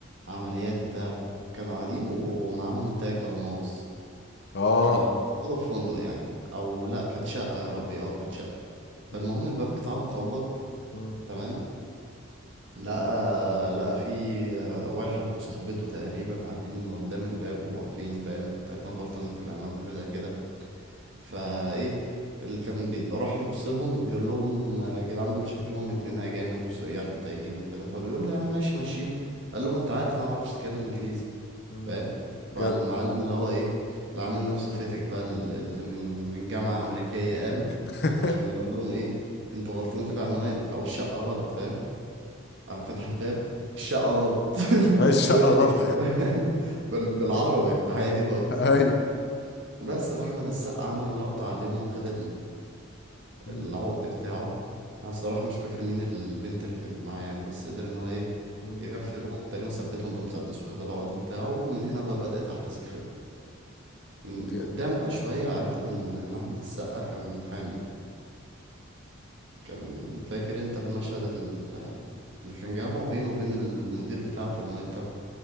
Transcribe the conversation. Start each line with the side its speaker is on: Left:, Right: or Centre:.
Right: عمليات بتاع كانوا قاعدين ومعاهم تاج ألماظ
Left: اه
Right: كانوا قاعدين في أوضة في فندق يعني أو لأ كانت شقة يا ربي أه كانت شقة
Left: مم.
Right: فالمهم الباب بتاعهم خبط
Left: مم.
Right: تمام لقى لقى في آه، واحد وصاحبته تقريبا قاعدين قدام الباب وواقفين فاهم تقريبا غلطانين في العنوان حاجة زي كده فايه اللي كان بي- راح يبص لهم بيقول لهم يا جدعان دول شكلهم اتنين اجانب سياح وتايهين وكده فبيقول له يا عم ماشي مشيهم قال له ما انت عارف إن انا ما اعرفش اتكلم انجليزي
Left: مم.
Right: فاهم فالمعلم
Left: جد
Right: اللي هو ايه اللي عامل نفسه فاتك بقى ال- اللي من من جامعة امريكية قام
Left: <laughs>
Right: عشان يقول لهم ايه انتوا غلطين في العنوان او الشقة غلط فاهم قام فتح الباب الشقة غلط <laughs>
Left: هاي الشقه
Right: وش
Left: غلط
Right: كده فاهم بال- بالعربي عادي خالص
Left: <laughs> ايوه
Right: بس فاحمد السقا عمل لقطة عليهم وخد
Left: مم.
Right: العقد بتاعه انا الصراحه مش فاكر مين البنت اللي كانت معاه يعني بس قدر ان هو ايه
Left: مم.
Right: يغفلهم تقريبا ثبتهم بمسدس وخد العقد بتاعه ومن هنا بقى بدأت احداث الفيلم من
Left: ج-
Right: قدام بقى شويه عرفنا ان ان احمد السقا كان محامي كان فاكر انت المشهد ال- اللي كان جامعه بينه وبين المدير بتاعه في المكتب